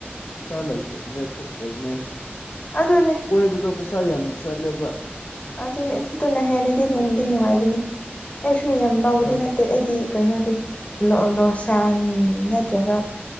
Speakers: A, on the left (about 65°); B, on the left (about 30°).
A: ꯄꯩꯁꯥ ꯂꯩꯇꯕꯅꯦ ꯊꯣꯛꯇꯕꯅꯦ
B: ꯑꯗꯨꯅꯦ
A: ꯀꯣꯏꯕꯗꯣ ꯄꯩꯁꯥ ꯌꯥꯝ ꯆꯠꯂꯦꯕ
B: ꯑꯗꯨꯅꯤ ꯑꯗꯨꯅ ꯍꯦꯟꯅꯗꯤ
A: ꯑꯗꯣ
B: ꯅꯨꯡꯗꯤ
A: ꯑꯗꯨꯝ
B: ꯅꯨꯡꯉꯥꯏꯕꯅꯤ ꯑꯩꯁꯨ ꯌꯥꯝ ꯂꯥꯎꯕꯗꯤ
A: ꯑ
B: ꯅꯠ ꯇꯦ ꯑꯩꯗꯤ ꯀꯩꯅꯣꯗꯤ ꯂꯣꯁꯥꯟ ꯅꯠꯇ꯭ꯔꯒ